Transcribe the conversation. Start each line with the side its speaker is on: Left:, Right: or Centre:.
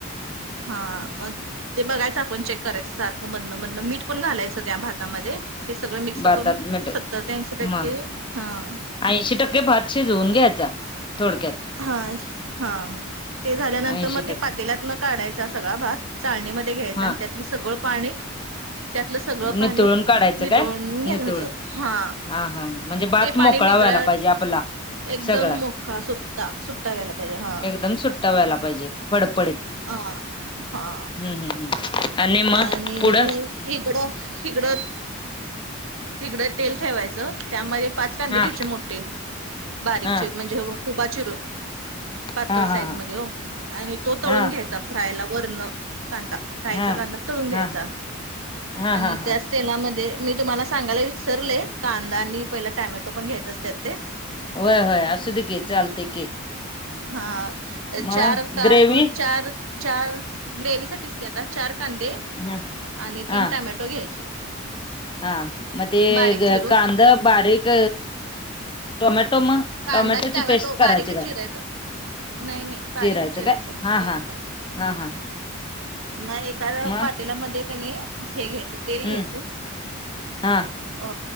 Right: हा मग ते बघायचं आपण चेक करायचं सारखं मधन मधन मीठ पण घालायचं त्या भातामध्ये. हे सगळं मिक्स
Left: भातात
Right: करून.
Left: मीठ
Right: सत्तर ते ऐंशी
Left: मग
Right: टक्के हां.
Left: ऐंशी टक्के भात शिजवून घ्यायचा थोडक्यात.
Right: हा हा. ते झाल्यानंतर
Left: ऐंशी
Right: मग
Left: टक्के
Right: ते पातेल्यात न काढायचा सगळा भात. चाळणीमध्ये घ्यायच
Left: हा
Right: आणि त्यातले सगळं पाणी त्यातलं सगळं
Left: नितळून
Right: पाणी
Left: काढायचं
Right: नितळून
Left: काय
Right: घ्यायचं
Left: नितळून
Right: हा.
Left: हा हा म्हणजे भात
Right: ते
Left: मोकळा
Right: पाणी नितळ
Left: व्हायला पाहिजे आपला.
Right: एकदम
Left: सगळा
Right: मोकळा सुटा सुट्टा व्यायला पाहिजे हा.
Left: एकदम सुट्टा व्हायला पाहिजे फडफडीत.
Right: अ हां.
Left: हमं हमं आणि मग
Right: आणि
Left: पुढं
Right: मग इकडं इकडं तिकडं तेल ठेवायचं त्यांमध्ये पाच कांदे
Left: हा
Right: घ्यायचे. मोठे बारीक
Left: हा
Right: चि म्हणजे हो उभा चिरून पातळ
Left: हा हा
Right: साईज
Left: हा
Right: मध्ये हो आणि तो तळून
Left: हा
Right: घ्यायचा. फ्रायला वरण कांदा फ्रायचा
Left: हा
Right: कांदा तळून घ्यायचा.
Left: हा हा
Right: आणि
Left: हा हा
Right: त्या तेलामध्ये मी तुम्हाला सांगायला विसरले. कांदा आणि पहिला टोमॅटो पण घ्यायचे असत्यात ते.
Left: होय होय असू दे की चालतय की
Right: हा
Left: मग
Right: चार का
Left: ग्रेवी
Right: अ. चार चार ग्रेव्हीसाठीच की आता चार कांदे.
Left: हा
Right: आणि तीन
Left: हा
Right: टोमॅटो घ्यायचे.
Left: हा मग ते
Right: बारीक
Left: ग
Right: चिरून
Left: कांदा बारीक टोमॅटो मग
Right: कांदा
Left: टोमॅटोची
Right: आणि टोमॅटो
Left: पेस्ट करायची
Right: बारीकच
Left: काय
Right: चिरायच. नाही नाही बारीक
Left: चिरायचं
Right: चिरायच
Left: काय हा
Right: दोन्ही
Left: हा
Right: पण.
Left: हा हा
Right: मग एका
Left: मग
Right: पातेलामध्ये कणी हे घ्यायचं तेल
Left: हम्म
Right: घ्यायचं.
Left: हा
Right: अ